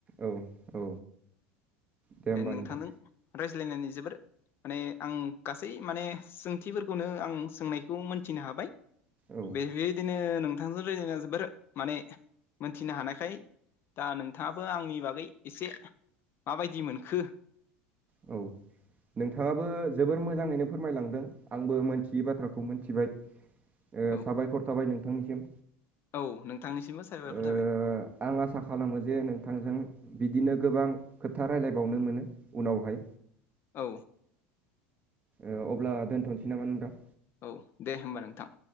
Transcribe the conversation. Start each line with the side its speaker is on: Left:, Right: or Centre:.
Right: औ औ दे होमबा
Left: नोंथांजों
Right: नोंथां
Left: रायज्लायनानै जोबोर माने आं गा सै माने सोंथिफोरखौनो आं सोंनायखौ मोनथिनो हाबाय
Right: औ
Left: बे बेबायदिनो नों थां रायज्लायनानै जोबोर <unintelligible> माने मोनथिनो हानायखाय दा नोंथाङाबो आंनि बागै एसे माबायदि मोनखो
Right: औ नोंथाङाबो जोबोर मोजाङैनो फोरमायलांदों आंबो मोनथियै बाथ्राखौ मोनथिबाय ओ
Left: औ
Right: साबायखर थाबाय नोंथांनिसिम
Left: औ नोंथांनिसिमबो साबायखर
Right: ओ
Left: थाबाय
Right: आं आसा खालामो जे नोंथांजों बिदिनो गोबां खोथा रायलायबावनो मोनो उनावहाय
Left: औ
Right: ओ अब्ला दोनथ'नोसै नामा नोंथां
Left: औ दे होमबा नोंथां